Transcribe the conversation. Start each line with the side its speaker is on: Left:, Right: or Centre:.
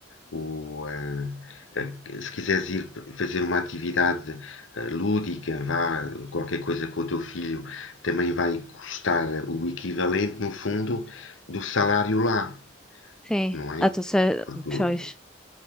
Left: o, ah, ah, se quiseres ir fazer uma atividade ah, lúdica, vá, qualquer coisa com o teu filho, também vai custar o equivalente, no fundo, do salário lá,
Centre: sim.
Left: não é?
Centre: Ah, tu sei,
Left: Porque
Centre: pois.
Left: o